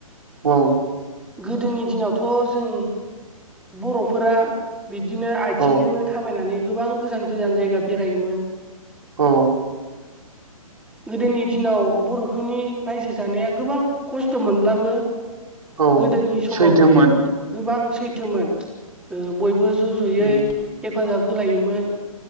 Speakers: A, on the right; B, in the centre.
A: औ।
B: गोदोनि दिनावथ' जों बर'फोरा बिदिनो आथिंजोंनो
A: औ
B: थाबायनानै गोबां गोजान गोजान जायगा बेरायोमोन।
A: औ।
B: गोदोनि दिनाव बर'फोरनि रायजो जानाया गोबां खस्थ' मोनब्लाबो
A: औ
B: गोदोनि समाव
A: सैथोमोन
B: गोबां सैथोमोन। ओ बयबो ज' ज'यै
A: उम
B: हेफाजाब होलायोमोन